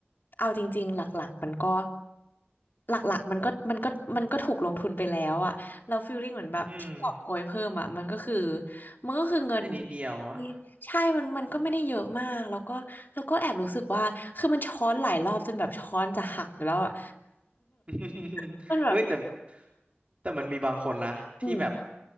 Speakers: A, on the left; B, on the right.
A: เอาจริงๆหลักๆมันก็หลักๆมันก็มันก็มันก็ถูกลงทุนไปแล้วอะเราฟีลลิ่งเหมือนแบบที่กอบโกยเพิ่มอะมันก็คือ
B: อืม
A: มันก็คือเงิน
B: ได้นิดเดียววะ
A: ที่ใช่มันมันก็ไม่ได้เยอะมากแล้วก็แล้วก็แอบรู้สึกว่าคือมันช้อนหลายรอบจนแบบช้อนจะหักอยู่แล้วอะ
B: <laughs>
A: <laughs> มันแบบ
B: เอ้ยแต่แต่มันมีบางคนนะที่แบบ
A: อืม